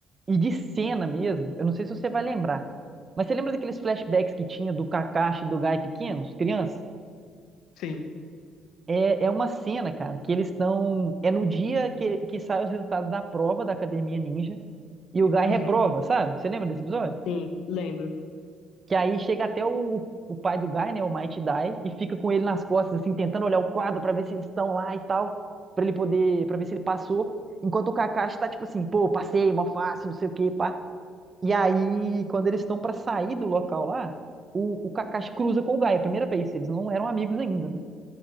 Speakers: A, on the right (about 35°); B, on the left (about 75°).
A: E de cena mesmo, eu não sei se você vai lembrar. Mas você lembra daqueles flashbacks que tinha do Kakashi e do Guy pequenos, crianças?
B: sim,
A: É, é uma cena, cara, que eles estão. É no dia que, que saem os resultados da prova da Academia Ninja e o Guy
B: uhum,
A: reprova, sabe? Você lembra desse episódio?
B: sim, lembro,
A: Que aí chega até o, o pai do Guy, né? O Mighty Dai, e fica com ele nas costas, assim, tentando olhar o quadro pra ver se eles estão lá e tal, pra ele poder, pra ver se ele passou. Enquanto o Kakashi tá tipo assim, pô, passei, mó fácil, não sei o quê, pá. E aí, quando eles estão pra sair do local lá, o, o Kakashi cruza com o Guy, é a primeira vez, eles não eram amigos ainda, né?